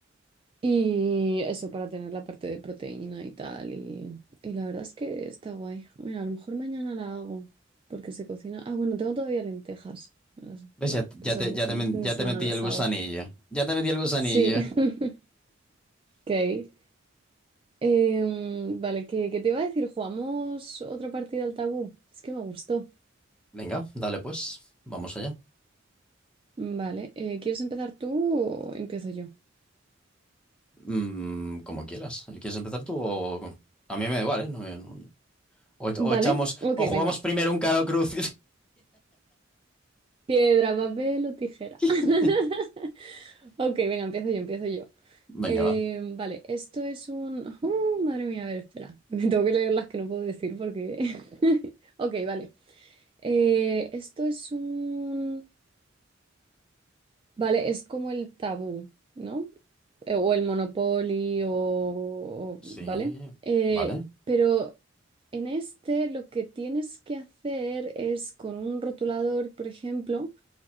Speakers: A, on the right; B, in the centre.
A: Y eso para tener la parte de proteína y tal. Y, y la verdad es que está guay. Mira, a lo mejor mañana la hago, porque se cocina. Ah, bueno, tengo todavía lentejas. Las-
B: ¿Ves?
A: Bueno,
B: Ya, te,
A: pues
B: ya te,
A: a lo mejor
B: ya te men-
A: el fin
B: ya
A: de semana
B: te metí
A: las
B: el gusanillo.
A: hago.
B: Ya te metí el gusanillo.
A: Sí, <laughs> ok. Em, vale, ¿qué, qué te iba a decir? ¿Jugamos otra partida al tabú? Es que me gustó.
B: Venga, dale pues. Vamos allá.
A: Vale, eh, ¿quieres empezar tú o empiezo yo?
B: Mm, como quieras. ¿Quieres empezar tú o...? A mí me da igual, ¿eh? No, yo no- O, e,
A: Vale,
B: o echamos...
A: ok,
B: O jugamos
A: venga.
B: primero un caro cruz.
A: Piedra, papel o tijera.
B: <laughs>
A: <laughs> Ok, venga, empiezo yo, empiezo yo. Em,
B: Venga, va.
A: vale, esto es un... Uh, madre mía, a ver, espera. <laughs> Me tengo que leer las que no puedo decir porque... <laughs> Ok, vale. Eh, esto es un... Vale, es como el tabú, ¿no? eh, o el Monopoly, o, o-
B: Sí.
A: ¿vale? Eh,
B: Vale.
A: pero en este lo que tienes que hacer es con un rotulador, por ejemplo,